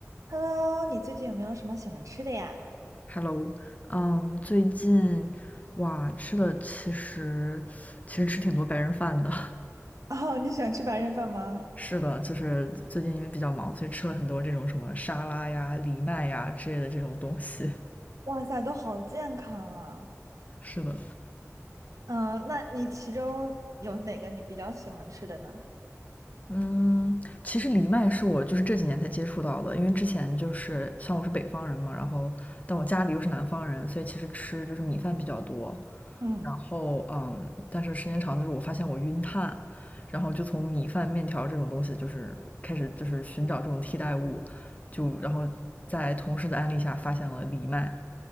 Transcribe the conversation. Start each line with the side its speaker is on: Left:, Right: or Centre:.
Right: Hello，你最近有没有什么喜欢吃的呀？
Left: Hello，嗯，最近哇吃的其实其实吃挺多白人饭的。
Right: <laughs> 哦，你喜欢吃白人饭吗？
Left: <laughs> 是的，就是最近因为比较忙，所以吃了很多这种什么沙拉呀、藜麦呀之类的这种东西。
Right: 哇塞，都好健康啊！
Left: <laughs> 是的，
Right: 嗯、那你其中有哪个你比较喜欢吃的呢？
Left: 嗯，其实藜麦是我就是这几年才接触到的，因为之前就是像我是北方人嘛，然后但我家里又是南方人，所以其实吃就是米饭比较多。
Right: 嗯，
Left: 然后嗯，但是时间长就是我发现我晕碳，然后就从米饭、面条这种东西就是开始就是寻找这种替代物，就然后在同事的安利下发现了藜麦，